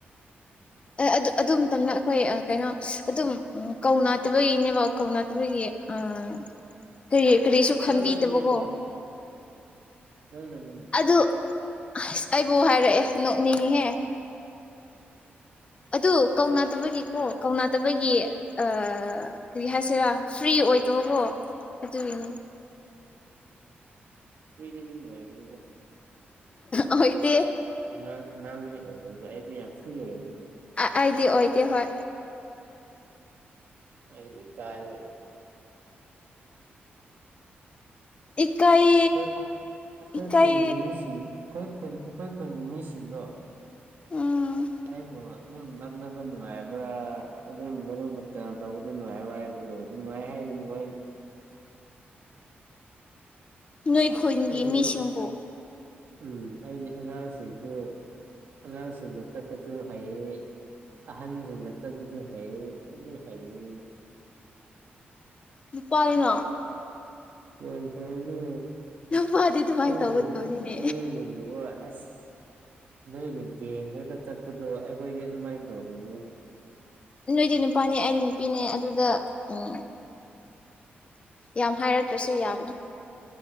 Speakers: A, on the left; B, on the right.
A: ꯑꯦ ꯑꯗꯨ ꯃꯇꯝꯗ ꯑꯈꯣꯏ ꯑꯥ ꯀꯩꯅꯣ ꯑꯗꯨꯝ ꯀꯧ ꯅꯗꯕꯒꯤꯅꯦꯕ ꯀꯧꯅꯗꯕꯒꯤ ꯑꯥ ꯀꯔꯤ ꯀꯔꯤꯁꯨ ꯈꯟꯕꯤꯗꯕꯀꯣ
B: ꯅꯪꯅꯅꯤꯅꯦ ꯑꯗꯣ ꯅꯪꯅꯅꯤꯅꯦ
A: ꯑꯗꯨ ꯑꯁ ꯑꯩꯕꯨ ꯍꯥꯏꯔꯛꯑꯦ ꯅꯣꯛꯅꯤꯡꯉꯤꯍꯦ
B: <inaudible>
A: ꯑꯗꯨ ꯀꯧꯅꯗꯕꯒꯤꯀꯣ ꯀꯧꯅꯗꯕꯒꯤ ꯑꯥ ꯀꯔꯤ ꯍꯥꯏꯁꯤꯔꯥ ꯐ꯭ꯔꯤ ꯑꯣꯏ ꯑꯣꯏꯗꯕ ꯀꯣ ꯑꯗꯨꯒꯤꯅꯦ
B: ꯐ꯭ꯔꯤꯗꯤ <unintelligible>
A: ꯑꯣꯏꯗꯦ
B: ꯅꯪ ꯅꯪꯅꯦ ꯑꯣꯏꯔꯣꯏꯗꯧ ꯑꯩꯗꯤ ꯌꯥꯝ ꯐ꯭ꯔꯤ ꯑꯣꯏꯌꯦ
A: ꯑꯩꯥꯗꯤ ꯑꯣꯏꯗꯤ ꯍꯣꯏ
B: ꯑꯩꯩꯕꯨ ꯏꯀꯥꯏ ꯕꯔꯣ
A: ꯏꯀꯥꯏ
B: ꯑꯈꯣꯏ ꯈꯨ ꯑꯈꯣꯏ
A: ꯏꯀꯥꯏ
B: ꯈꯨꯟꯒꯤ ꯃꯤꯁꯤꯡ ꯑꯈꯣꯏ ꯈꯨꯟ ꯑꯈꯣꯏ ꯈꯨꯟꯒꯤ ꯃꯤꯁꯤꯡꯗꯣ
A: ꯎꯝ
B: ꯑꯩꯕꯨ ꯑꯗꯨꯝ ꯂꯛꯅꯕ ꯅꯨꯡꯉꯥꯏꯕ꯭ꯔ ꯑꯗꯨꯝ ꯃꯔꯨꯞ ꯃꯥꯇ ꯇꯧꯕꯗ ꯅꯨꯡꯉꯥꯏꯕ꯭ꯔ ꯍꯥꯏꯕꯗ ꯀꯣ ꯅꯨꯡꯉꯥꯏ ꯍꯥꯏꯒꯅꯤ ꯃꯣꯏꯅ
A: ꯅꯣꯏ ꯈꯨꯟꯒꯤ
B: ꯑꯩꯗꯤꯀꯣ
A: ꯃꯤꯁꯤꯡꯕꯨ
B: ꯎꯝ ꯑꯩꯗꯤ ꯑꯉꯥꯡꯁꯤꯡꯁꯨ ꯑꯉꯥꯡꯁꯤꯡꯒ ꯆꯠꯄꯁꯨ ꯍꯩꯌꯦ ꯑꯍꯟꯁꯤꯡꯒ ꯆꯠꯄꯁꯨ ꯍꯩꯌꯦ ꯑꯗꯨꯝ ꯍꯩꯕꯅꯦ ꯑꯩꯗꯤ
A: ꯅꯨꯄꯥꯅꯤꯅ
B: ꯒ꯭ꯌꯣꯟ ꯇꯥꯏꯅꯦ
A: ꯅꯨꯄꯥꯗꯤ ꯑꯗꯨꯃꯥꯏꯅ
B: ꯅꯣꯏꯔꯣꯝ
A: ꯇꯧꯒꯗꯕꯅꯤꯅꯦ
B: ꯅꯣꯏꯔꯣꯝꯗ ꯑꯁ ꯅꯣꯏꯒꯤ ꯕꯦꯡꯛꯇꯒ ꯆꯠꯄꯗꯣ ꯑꯈꯣꯏꯗꯤ ꯑꯗꯨꯃꯥꯏꯅ ꯇꯧꯗꯕꯅꯦ
A: ꯅꯣꯏꯗꯤ ꯅꯨꯄꯥꯅꯦ ꯑꯩꯗꯤ ꯅꯨꯄꯤꯅꯦ ꯑꯗꯨꯗ ꯎꯝ ꯌꯥꯝ ꯍꯥꯏꯔꯛꯇ꯭ꯔꯁꯨ ꯌꯥꯕꯅꯦ